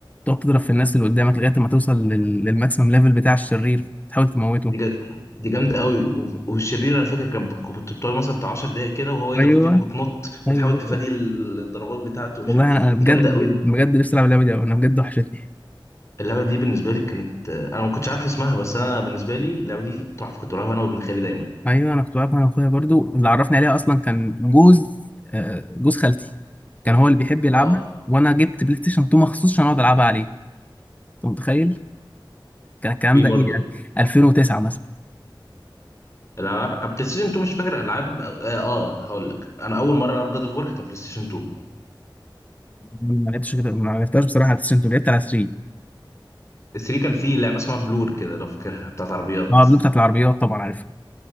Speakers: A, on the left; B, on the left.
A: تقعد تضرب في الناس اللي قدامك لغايه ما توصل لل... للماكسيمم ليفل بتاع الشرير تحاول تموته
B: دي جا... دي جامدة قوي و- والشرير انا فاكر كان بت- كنت بتقعد مثلا بتاع 10 دقايق كده وهو يضرب
A: ايوه
B: فيك وتنط وتحاول
A: ايوه هو
B: تفادي
A: ده.
B: ال- الضربات بتاعته ومش
A: والله
B: عارف
A: انا
B: ايه
A: أنا بجد
B: دي جامدة قوي دي
A: بجد نفسي العب اللعبه دي أوي، انا بجد وحشتني
B: اللعبة دي بالنسبة لي كانت انا ما كنتش عارف اسمها بس انا بالنسبة لي اللعبة دي تحفة كنت بلعبها انا وابن خالي دايما
A: ايوه انا كنت بعرف انا اخويا برضو اللي عرفني عليها اصلا كان جوز آه، جوز خالتي كان هو اللي بيحب يلعبها
B: اه
A: وانا جبت بلاي ستيشن 2 مخصوص عشان اقعد العبها عليه انت متخيل كان الكلام
B: في
A: ده
B: برضه
A: ايه يعني 2009 مثلا
B: الالعاب بلاي ستيشن 2 مش فاكر العاب اه, آه هقول لك انا اول مرة العب جاد اوف وور كانت على بلاي ستيشن 2
A: ما لعبتش كده ما لعبتهاش بصراحه على البلاي ستيشن 2 لعبت على 3
B: 3 كان فيه لعبة اسمها بلور كده لو فاكرها بتاعت عربيات
A: اه بلو بتاعت العربيات طبعا عارفها